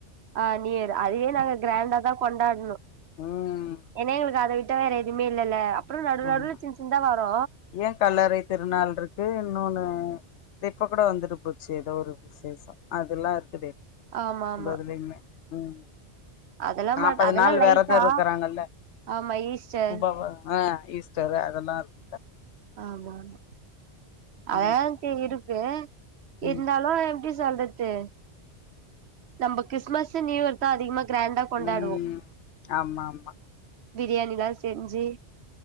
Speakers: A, on the right (about 70°); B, on the left (about 85°).
A: ஆ நியூயர் அதுவே நாங்க கிராண்டாதா கொண்டாடணு
B: ம்
A: ஏன்னா எங்களுக்கு அத விட் ட்டா வேற எதுவுமே இல்லல்ல அப்புறோ நடு நடுல
B: ஆமா
A: சின்ன சின்னந்தா வரு
B: ஏ கல்லறை திருநாள் இருக்கு இன்னொன்னு இப்ப கூட வந்துட்டு போச்சி எதோ ஒரு விசேஷம் அதுல்லா இருக்குது
A: ஆமா ஆமா
B: வதுலியுமே ம்
A: அதெல்லா
B: நாப்பது
A: மாட் அதெல்லா
B: நாள்
A: லைட்டா
B: வெரதம் இருக்கிறாங்கல்ல
A: ஆமா ஈஸ்டர்
B: <unintelligible> ஆ ஈஸ்டர் அதெல்லா இருக்
A: ஆமா ஆமா அதாச்சி
B: ம்
A: இருக்கு இருந்தாலு
B: ம்
A: எப்டி சொல்லது நம்ம கிறிஸ்மஸ் நியூ இயர் த்தா தா அதிகமா கிராண்டா கொண்டாடுவோ
B: ம் ஆமா ஆமா
A: பிரியாணிலா செஞ்சி